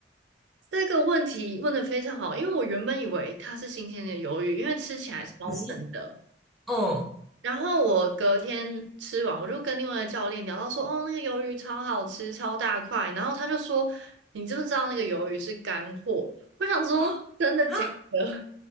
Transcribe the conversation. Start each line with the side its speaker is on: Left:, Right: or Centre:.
Right: 这个问题问的非常好，因为我原本以为它是新鲜的鱿鱼，因为吃起来超嫩的。
Centre: 不是。嗯
Right: 然后我隔天吃完，我就跟另外的教练聊到说，哦，那个鱿鱼超好吃，超大块。然后他就说，你知不知道那个鱿鱼是干货？我想说，
Centre: 啊啊，
Right: 真的假的？